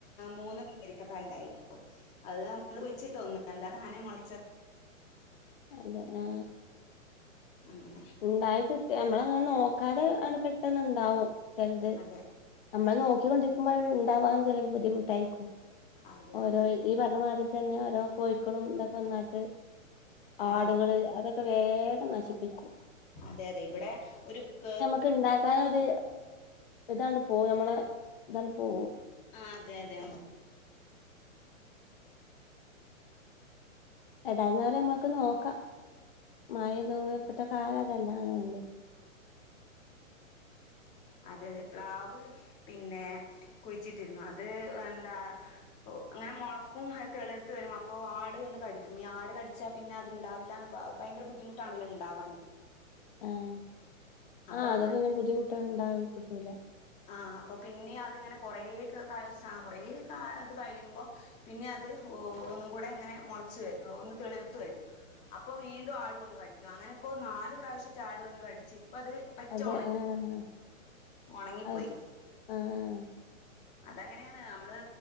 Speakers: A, on the left (about 15°); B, on the left (about 40°).
A: മൂന്ന് <unintelligible> ഒറ്റക്കായിണ്ടായിണ് അത് നമ്മള് കുഴിച്ചിട്ടൊന്നല്ല താനെ മുൾ
B: അതെ ആ
A: അങ്ങനെ
B: ഇണ്ടായി കി നമ്മളങ്ങനെ നോക്കാതെ അത് പെട്ടെന്നുണ്ടാവും ചെലത്
A: അതെ
B: നമ്മൾ നോക്കിക്കൊണ്ടിരിക്കുമ്പോൾ ഉണ്ടാവാൻ ചില ബുദ്ധിമുട്ടായിരിക്കും
A: അതെ
B: ഓരോ
A: അതെ
B: ഈ പറഞ്ഞ മാതിര്തന്നെ ഓരോ കോഴിക്കളും ഇതൊക്കെ വന്നിട്ട്
A: ആ
B: ആടുകള് അതൊ ക്കെ വേഗം നശിപ്പിക്കും
A: അതെ അതെ ഇവിടെ ഒരു പേ
B: ക്ക ഉണ്ടാക്കാനൊരു ഇതണ്ട് പോകും നമ്മളെ ഇതാണ്ട് പോവും
A: ആ അതെ അതെ അമ്
B: ഏതായിന്നാലും നമ്മുക്ക് നോക്കാം മഴ തോവ ഇപ്പത്തെ കാലം അതല്ല ആണല്ലോ
A: അതെ അതെ പ്ലാവ് പിന്നെ കുഴിച്ചിട്ടിരുന്നു അത് എന്താ ഓ അങ്ങനെ മുളക്കും തെളിർത്ത് വരും അപ്പോ ആട് വന്ന് കടിക്കും ഈ ആട് കടിച്ചാൽ പിന്നെ അത്ണ്ടാവില്ല ഭയങ്കര ബുദ്ധിമുട്ടാണല്ലോ ഇണ്ടാവാന്
B: ആഹ്
A: അപ്പൊ
B: ആഹ്
A: അതുകൊണ്ട്
B: അതപ്പോ പിന്നെ ബുദ്ധിമുട്ടാണ് ഇണ്ട കിട്ടൂല
A: ആഹ് അപ്പൊ പിന്നെ അതിങ്ങനെ കൊറേ കാല കൊറേ ഇത് കഴിയുമ്പോ പിന്നെ അത് ഒന്ന് കൂടെ ഇങ്ങനെ മുളച്ച് വരും ഒന്ന് തെളിർത്ത വരും അപ്പൊ വീണ്ടും ആടു വന്ന് കടിക്കും അങ്ങനെപ്പോ നാല് പ്രാവശ്യട്ട് ആട് വന്ന് കടിച്ചു ഇപ്പ അത് പറ്റെ
B: അതെ
A: ഉണങ്ങി
B: ആഹ്
A: ഉണങ്ങിപ്പോയി
B: അത് ശെ ആഹ് ആ
A: അതങ്ങനെയാണ് നമ്മള്